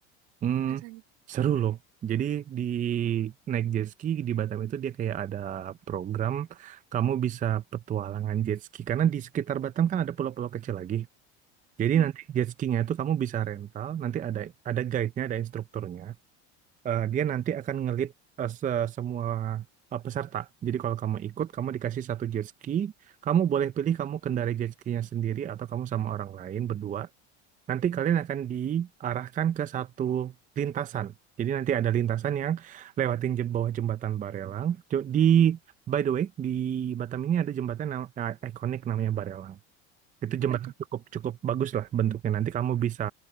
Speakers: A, on the right (about 25°); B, on the right (about 70°).
A: Hmm,
B: rasanya?
A: seru loh. Jadi di naik jet ski di Batam itu dia kayak ada program kamu bisa petualangan jet ski. Karena di sekitar Batam kan ada pulau-pulau kecil lagi. Jadi
B: Hmm,
A: nanti jet skiing-nya itu kamu bisa rental, nanti ada ada guide-nya, ada instrukturnya. Eh, dia nanti akan ngelit eh, se- semua eh, peserta. Jadi kalau kamu ikut, kamu dikasih satu jet ski, kamu boleh pilih kamu kendarai jet ski-nya sendiri atau kamu sama orang lain berdua. Nanti kalian akan diarahkan ke satu lintasan. Jadi nanti ada lintasan yang lewatin je- bawah jembatan Barelang. Jo- Di by the way, di Batam ini ada jembatan nam- eh, ikonik namanya Barelang. Itu
B: Apa
A: jembatan
B: itu?
A: cukup cukup bagus lah bentuknya. Nanti kamu bisa